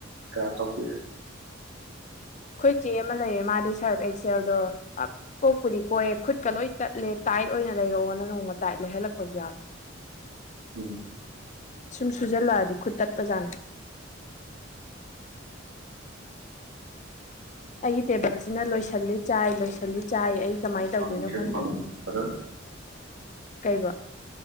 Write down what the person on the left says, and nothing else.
ꯈꯣꯏ ꯆꯦ ꯑꯃ ꯂꯩꯌꯦ ꯃꯥꯗꯤ ꯁꯔꯞ ꯑꯦꯛꯁꯦꯜꯗꯣ ꯑꯞ ꯀꯣꯛꯄꯨꯗꯤ ꯀꯣꯛꯑꯦ ꯈꯨꯠꯀ ꯂꯣꯏ ꯇꯠꯂꯦ ꯇꯥꯏꯠ ꯑꯣꯏꯅ ꯂꯩꯔꯛꯑꯣꯅ ꯅꯣꯡꯃ ꯇꯥꯏꯠ ꯂꯩꯍꯜꯂꯛꯄꯖꯨ ꯌꯥꯎꯋꯦ
ꯁꯨꯝ ꯁꯨꯖꯜꯂꯛꯑꯗꯤ ꯈꯨꯠ ꯇꯠꯄꯖꯥꯅꯦ ꯑꯩꯒꯤ ꯇꯦꯕꯜꯁꯤꯅ ꯂꯣꯏꯁꯜꯂꯤ ꯆꯥꯏ ꯂꯣꯏꯁꯜꯂꯤ ꯆꯥꯏ ꯑꯩ ꯀꯃꯥꯏ ꯇꯧꯗꯣꯏꯅꯣ
ꯈꯪꯗ꯭ꯔꯦ
ꯀꯩꯕꯣ